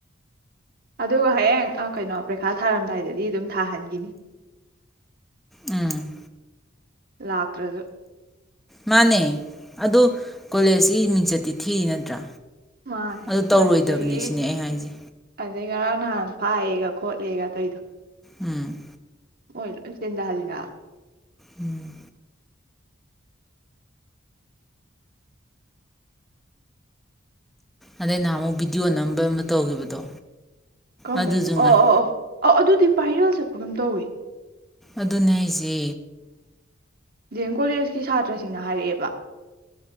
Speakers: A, on the right; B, in the centre.
A: ꯑꯗꯨꯒ ꯍꯌꯦꯡ ꯀꯩꯅꯣ ꯄꯔꯤꯈꯥ ꯊꯥꯔꯝꯗꯥꯏꯗꯗꯤ ꯑꯗꯨꯝ ꯊꯥꯍꯟꯈꯤꯅꯤ
B: ꯎꯝ
A: ꯂꯥꯛꯇ꯭ꯔꯁꯨ
B: ꯃꯥꯅꯦ ꯑꯗꯨ ꯀꯣꯂꯦꯖꯀꯤ ꯃꯤꯡꯆꯠꯇꯤ ꯊꯤꯔꯤ ꯅꯠꯇ꯭ꯔꯥ
A: ꯃꯥꯅꯦ
B: ꯑꯗꯨ ꯇꯧꯔꯣꯏꯗꯕꯅꯤ
A: ꯑꯗꯨꯗꯒꯤ
B: ꯁꯤꯅꯦ ꯑꯩ ꯍꯥꯏꯁꯦ
A: ꯑꯗꯩ ꯉꯔꯥꯡ ꯅꯍꯥꯟ ꯐꯥꯏꯌꯦꯒ ꯈꯣꯠꯂꯦꯒ ꯑꯗꯨꯏꯗꯣ
B: ꯎꯝ
A: ꯑꯣꯏꯣꯏ ꯇꯗꯍꯜꯂꯤꯅ
B: ꯎꯝ ꯑꯗꯩ ꯅꯍꯥꯟꯃꯨꯛ ꯚꯤꯗꯤꯑꯣ ꯅꯝꯕ ꯑꯃ ꯇꯧꯈꯤꯕꯗꯣ
A: ꯀꯃ
B: ꯑꯗꯨꯁꯨ
A: ꯥꯏꯅꯣ ꯑꯣ
B: ꯉꯥꯏ
A: ꯑꯣ ꯑꯣ ꯑꯧ ꯑꯗꯨꯗꯤ ꯄꯥꯏꯔꯦꯜ ꯆꯠꯄꯒꯝ ꯇꯧꯏꯤ
B: ꯑꯗꯨꯅꯦ ꯑꯩꯁꯦ
A: ꯗꯤ ꯑꯦꯝ ꯀꯣꯂꯦꯖꯀꯤ ꯁꯥꯇ꯭ꯔꯁꯤꯡꯅ ꯍꯥꯏꯔꯛꯑꯦꯕ